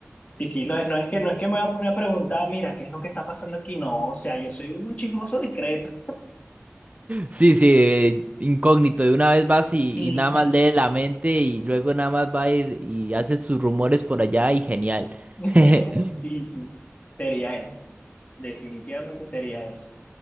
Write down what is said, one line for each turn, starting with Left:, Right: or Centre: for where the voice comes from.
Left: Sí, sí, no, no es que, no es que me voy a poner a preguntar, mira, ¿qué es lo que está pasando aquí? No, o sea, yo soy un chismoso discreto.
Right: Sí, sí, eh, incógnito, de una vez vas y,
Left: Sí,
Right: y nada
Left: sí.
Right: más lee la mente y luego nada más va y, y haces sus rumores por allá y genial.
Left: <laughs>
Right: <laughs>
Left: Sí, sí. Sería eso. Definitivamente sería eso.